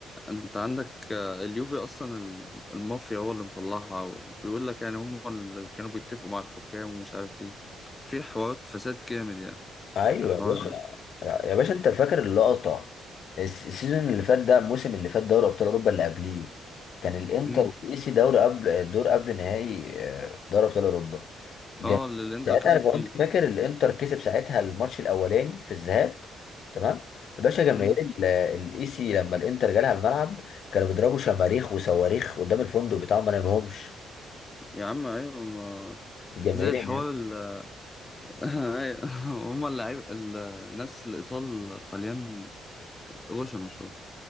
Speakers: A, on the left; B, on the left.
A: انت عندك آه، اليوفي اصلا ال- المافيا هو اللي مطلعها وبيقول لك يعني هم اللي كانوا بيتفقوا مع الحكام ومش عارف ايه في حوارات فساد جامد يعني
B: ايوه
A: في الحوار
B: يا باشا
A: ده
B: يا باشا انت فاكر اللقطه الس- السيزون اللي فات ده الموسم اللي فات دوري ابطال اوروبا اللي قبليه كان الانتر
A: امم
B: والايسي دوري قبل الدور قبل نهائي آه، في دوري ابطال اوروبا جميل
A: اه اللي الانتر
B: ساعتها
A: كسب
B: لو
A: فيه
B: انت فاكر الانتر كسب ساعتها الماتش الاولاني في الذهاب تمام يا باشا جماهير
A: امم
B: ال- الايسي لما الانتر جالها الملعب كانوا بيضربوا شماريخ وصواريخ قدام الفندق بتاعهم ما نامهمش
A: يا عم ايوه ما
B: الجماهير
A: زي الحوار ال... <laughs> أيوة. هم اللعيب الناس الايطال الطليان غشمة شويه